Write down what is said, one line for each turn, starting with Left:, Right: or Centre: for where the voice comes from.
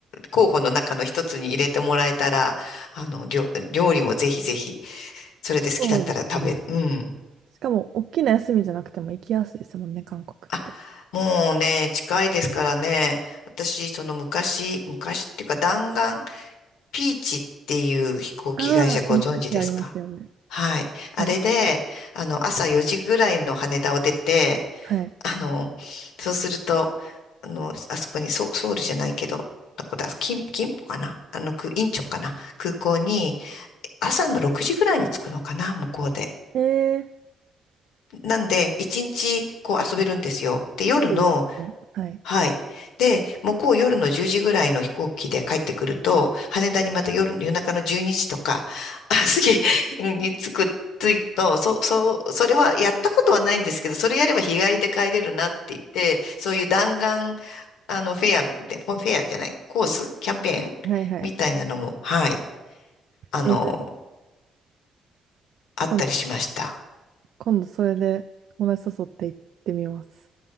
Left: 候補の中の一つに入れてもらえたら、あの、料料理もぜひぜひ。それで好きだったら食べ、
Right: そうですね。
Left: うん。
Right: しかも、大きな休みじゃなくても行きやすいですもんね、韓国って。
Left: あ、もうね、近いですからね。私、その昔、昔っていうか弾丸、ピーチっていう飛行機会社ご存知ですか
Right: ああ、LCC ありますよね。
Left: はい。あれで、
Right: はい。
Left: あの、朝4時ぐらいの羽田を出て、
Right: はい。
Left: あの、そうすると、あの、あそこに、ソ、ソウルじゃないけど、どこだ、キン、キンポかなあの、くインチョンかな空港に、朝の6時ぐらいに着くのかな向こうで。
Right: えー、
Left: なんで、一日こう遊べるんですよ。で、夜の、
Right: ちょうどいいですね。はい。
Left: はい。で、向こう夜の10時ぐらいの飛行機で帰ってくると、羽田にまた夜、夜中の12時とか、<laughs> あ、すに着く、着くと、そ、そう、それはやったことはないんですけど、それやれば日帰りで帰れるなって言って、そういう弾丸、あの、フェアで、フェアじゃない、コースキャンペーンみたいなのも、
Right: はいはい。
Left: はい、あの、
Right: えー、
Left: あったりしました。
Right: 今度、今度それで友達誘って行ってみます。